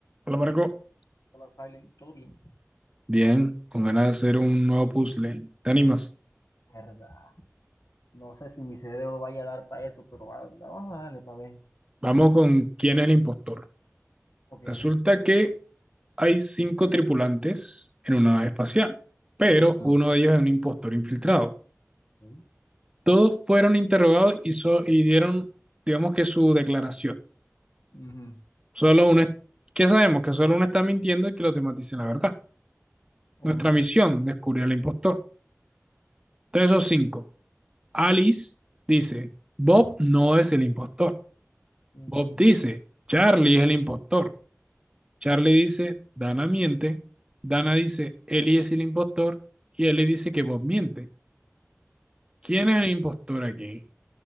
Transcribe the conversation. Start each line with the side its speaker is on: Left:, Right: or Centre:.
Right: Hola Marco,
Left: Hola, Silent, todo bien.
Right: Bien, con ganas de hacer un nuevo puzzle. ¿Te animas?
Left: Verdad. No sé si mi cerebro vaya a dar para eso, pero va- vamos a darle para ver.
Right: Vamos con quién es el impostor.
Left: Ok.
Right: Resulta que hay cinco tripulantes en una nave espacial, pero
Left: Ujú.
Right: uno de ellos es un impostor infiltrado.
Left: Ok.
Right: Todos fueron interrogados y, so- y dieron, digamos que su declaración.
Left: Ujú.
Right: Solo uno, es- ¿qué sabemos? Que solo uno está mintiendo y que los demás dicen la verdad.
Left: Oh,
Right: Nuestra
Left: no.
Right: misión, descubrir al impostor. Entonces, esos cinco. Alice dice, Bob no es el impostor.
Left: Ujú.
Right: Bob dice, Charlie es el impostor. Charlie dice, Dana miente. Dana dice, Ellie es el impostor. Y Ellie dice que Bob miente. ¿Quién es el impostor aquí?